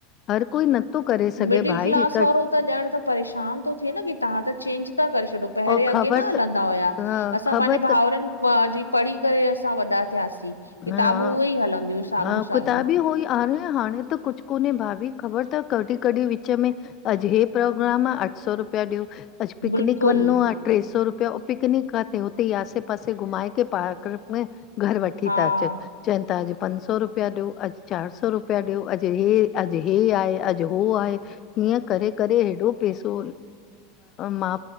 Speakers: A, on the left; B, on the left.
A: हर कोई नथो करे सघे
B: मिडिल
A: भाई
B: क्लास
A: हिकु
B: वारो त ॼणा त परेशान थो थिए न की तव्हां त चेंज था करे छॾो। पहिरें
A: और ख़बर
B: अॻे न हलंदा
A: त
B: हुआ,
A: ह
B: असां
A: ख़बर
B: पंहिंजे भाउरनि
A: त
B: जी पढ़ी करे असां वॾा थियासीं। किताबूं
A: हा-हा,
B: उहे ई हलंदियूं साॻियूं साॻियूं
A: किताबी हो ई आ री ह हाणे त कुझु कोन्हे भाभी ख़बर अथव कॾहिं कॾहिं विच में अॼु हे प्रोग्राम आहे अठ सौ रुपिया ॾियो, अॼु पिकनिक
B: बिल्कुलु
A: वञो आ टे सौ रुपिया पिकनक काथे होते ई आसे पासे घुमाए करे पार्निक में घरु वठी वठी
B: हा
A: था अचनि। चवनि था अॼु पंज सौ रुपया ॾियो, अॼु चारि सौ रुपया ॾियो, अॼु हे-अॼु हे आहे, अॼु उहो आहे। हीअं करे-करे हेॾो पैसो मा